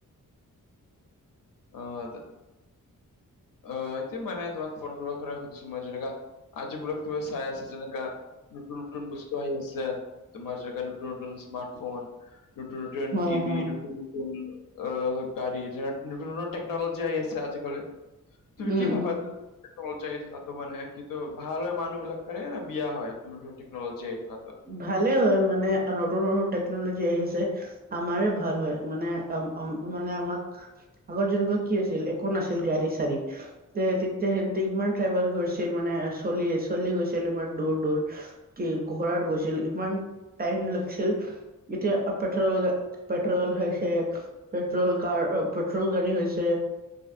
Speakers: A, on the left; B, on the right.
A: অঁ, অঁ সেইটোৱে মানে তোমাক ফোন কৰিব পৰা সুধিছো মই যেনেকা আজিবোলক তুমি চাই আছা যেনেকা নতুন নতুন বস্তু আহি আছে। তোমাৰ জেগা নতুন নতুন স্মাৰ্টফোন, নতুন নতুন
B: হয়,
A: টিভি।
B: হয়,
A: নতুন নতুন অ গাড়ী যেনে নতুন নতুন তেকনলজি আহি আছে আজি কালি, তুমি
B: উম,
A: কি ভাবা
B: উম।
A: তুম টেকনোলজি যাই থাকাতটো মানে কিন্তু ভাল হয় মানুহ বিলাক এ বেয়া হয়। নতুন নতুন টেকনোলজি আহি থকা
B: ভালে হয় মানে নতুন নতুন টেকনোলজি আহি আছে। আমাৰে ভাল হয় মানে মানে আমাক আগৰ যেনকা কি আছিল একো নাছিল গাড়ী চাৰী। তে তেতিয়া সিহঁতি ইমান ট্ৰেভেল কৰিছিল মানে চলি চলি গৈছিল ইমান দূৰ দূৰ। কি ঘোঁৰাত গৈছিল ইমান টাইম লাগিছিল এতিয়া পেট্ৰ'ল গা পেট্ৰ'ল হৈছে, পেট্ৰ'ল কাৰ পেট্ৰ'ল গাড়ী হৈছে।